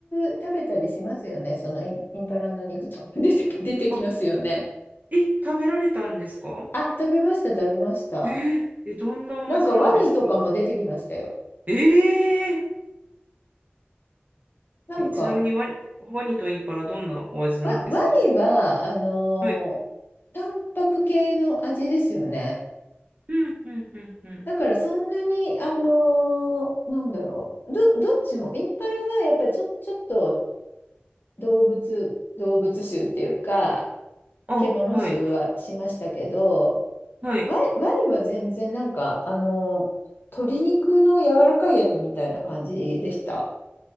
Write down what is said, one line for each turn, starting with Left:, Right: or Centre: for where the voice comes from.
Left: 食べたりしますよね。そのイン、インパラの肉とか出て、<laughs> 出てきますよね。
Right: あ、え、食べられたんですか
Left: あ、食べました、食べました。
Right: えーえ、どんなお味なんですか
Left: なんかワニとかも出てきましたよ。
Right: えー
Left: なんか、
Right: え、ちなみにワニ、ワニとインパラどんなお味なんですか
Left: ワ、ワニは、あのー
Right: はい。
Left: タンパク系の味ですよね。
Right: うんうんうんうん。
Left: だからそんなに、あのーなんだろう。ど、どっちも、インパラはやっぱりちょ、ちょっと動物、動物臭っていうか、
Right: あ、
Left: 獣臭はしましたけど、
Right: はい。はい。
Left: ワ、ワニは全然なんか、あのー鶏肉の柔らかいやつみたいな感じでした。